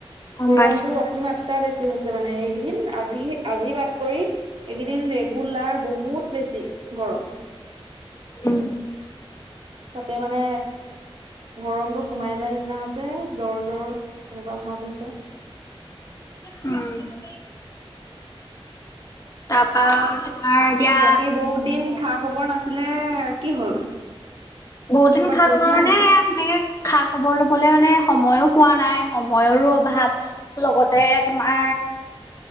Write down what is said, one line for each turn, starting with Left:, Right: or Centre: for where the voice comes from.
Left: গম
Right: গৰমটো
Left: পাইছো
Right: অতিমাত্ৰা টা বেছি হৈছে মানে এইকেইদিন আজি আজি বাদ কৰি এইকেইদিন ৰেগুলাৰ বহুত বেছি, গৰম।
Left: উম।
Right: ত'তে মানে গৰমটো সোমাই যোৱা নিচিনা হৈছে জ্বৰ জ্বৰ এনেকোৱা ভাৱ হৈছে।
Left: উম। তাৰপা তোমাৰ এতিয়া
Right: বাকী বহুত দিন খা খবৰ নাছিলে কি হ'ল?
Left: বহুত দিন
Right: কৰ'বাত
Left: খা
Right: গৈছিলা
Left: খবৰ মানে,
Right: নি
Left: এয়া তেনেকে খা খবৰ ল'বলে মানে সময়ো পোৱা নাই, সময়ৰো অভাৱ। লগতে তোমাৰ